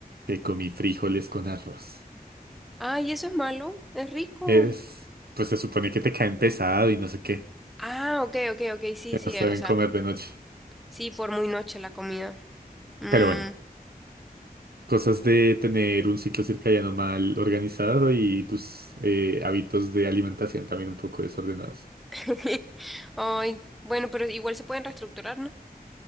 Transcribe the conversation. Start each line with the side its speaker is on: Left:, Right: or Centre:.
Right: Que comí frijoles con arroz.
Centre: Ay, eso es malo, es rico.
Right: Es, pues se supone que te caen pesado y no sé qué.
Centre: Ah, ok, ok, ok, sí,
Right: Que
Centre: sí,
Right: no saben
Centre: eh, o sea,
Right: comer de noche.
Centre: sí, por muy noche la comida. Mm.
Right: Pero bueno, cosas de tener un ciclo circadiano mal organizado y tus eh, hábitos de alimentación también un poco desordenados.
Centre: <laughs> Ay, bueno, pero igual se pueden reestructurar, ¿no?